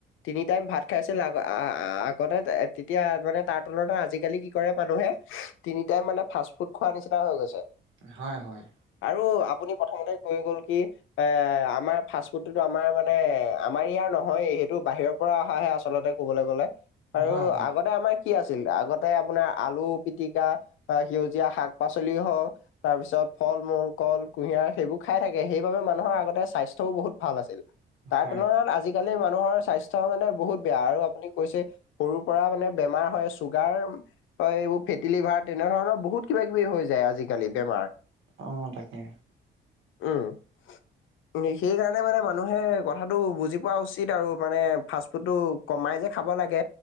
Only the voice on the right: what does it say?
হয়-হয়।
হয় হয়,
হয় হয়,
অ', তাকে।